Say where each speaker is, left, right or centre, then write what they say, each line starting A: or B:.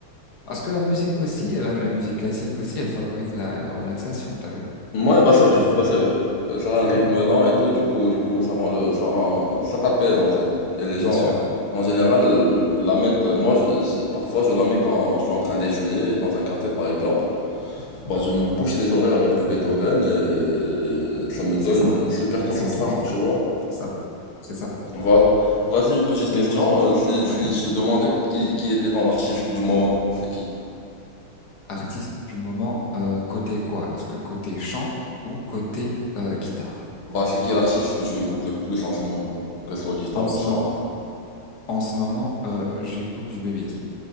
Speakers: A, on the left; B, on the left.
A: Parce que la musique aussi, la, la musique classique aussi, elle favorise la, la relaxation, t'as vu?
B: Ouais, bah c'est vrai,
A: Elle-
B: bah c'est vrai. Euh, Ça a un
A: eh
B: rythme
A: oui.
B: lent et tout, du coup, du coup, ça rend le, ça rend, ça t'apaise en fait. Et les
A: Bien
B: gens,
A: sûr,
B: en général, la mettent. Moi, je- je- parfois, je la mets quand je suis en train d'étudier dans un café, par exemple. Bah, je me bouche les oreilles avec du Beethoven et ça me
A: mais
B: donne
A: c'est ça.
B: une super
A: Mais
B: concentration,
A: c'est ça en fait.
B: tu vois.
A: C'est ça. C'est ça.
B: Voilà. Vas-y, une petite
A: Tu voulais
B: question.
A: poser une...
B: Euh, si, si
A: Ouais.
B: je te demandais qui, qui était ton artiste du moment, c'est qui?
A: Artiste du moment, euh, côté quoi? Est-ce que côté chant ou côté euh, guitare?
B: Bah, c'est qui l'artiste que tu écoutes le plus en ce moment? Que ce soit guitare
A: En
B: ou
A: ce
B: chant.
A: moment, en ce moment, euh, j'écoute du Baby King.